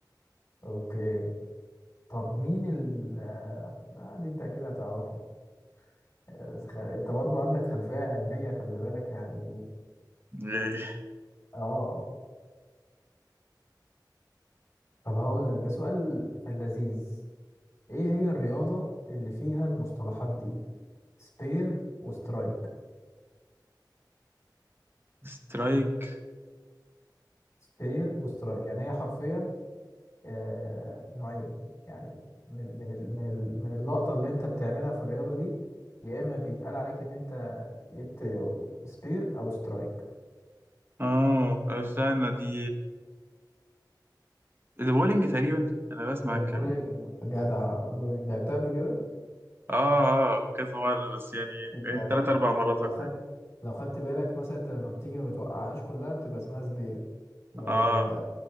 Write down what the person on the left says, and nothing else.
أوكي طب مين ال آه آه، دي انت اكيد هتعرفها آه، خ- انت برضو عندك خلفية علمية خلي بالك يعني
اه طب هقول لك ده سؤال في اللذيذ ايه هي الرياضة اللي فيها المصطلحات دي سبير وسترايك
سبير وسترايك يعني هي حرفيا آه نوعين يعني من من ال من ال من اللقطة اللي انت بتعملها في الرياضة دي يا اما بيتقال عليك ان انت جبت سبير او سترايك
البولينج
جدع البولينج لعبتها قبل كده
جدع
لو
خدت
لو خدت بالك مثلا انت لما بتيجي ما بتوقعهاش كلها بتبقى اسمها سبير لو